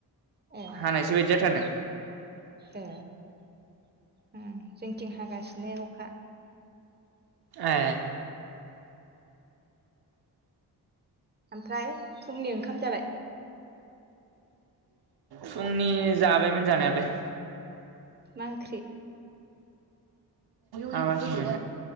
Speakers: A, on the right (about 25°); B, on the right (about 70°).
A: ए
B: हानायसो बायदि जाथारदों।
A: ए अम जोंथिं हागासिनो अखा।
B: एह।
A: ओमफ्राय फुंनि ओंखाम जाबाय।
B: फुंनि जाबायमोन जानायालाय।
A: मा ओंख्रि
B: माबासोमोन